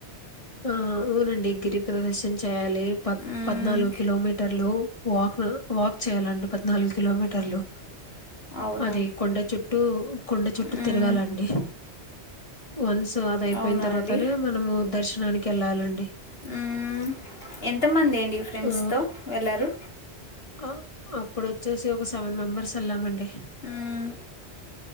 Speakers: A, on the left (about 30°); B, on the left (about 55°).
A: ఆవునండి గిరి ప్రదక్షన్ చేయాలి పద్
B: మ్మ్.
A: పద్నాలుగు కిలోమీటర్లు వాక్ అ వాక్ చేయాలండి పద్నాలుగు కిలోమీటర్లు
B: అవునా
A: అది కొండ చుట్టూ కొండ చుట్టు
B: మ్మ్.
A: తిరగాలండి వన్స్ సో అదియిపోయిన
B: అవునా
A: తర్వాతనే
B: అండి
A: మనము దర్శనానికెళ్ళాలండి
B: మ్మ్. ఎంతమంది అండి ఫ్రెండ్స్తో
A: హు
B: వెళ్ళారు
A: అ అ ఇప్పుడొచ్చేసి ఒక సెవెన్ మెంబర్స్ వెళ్ళామండి
B: మ్మ్.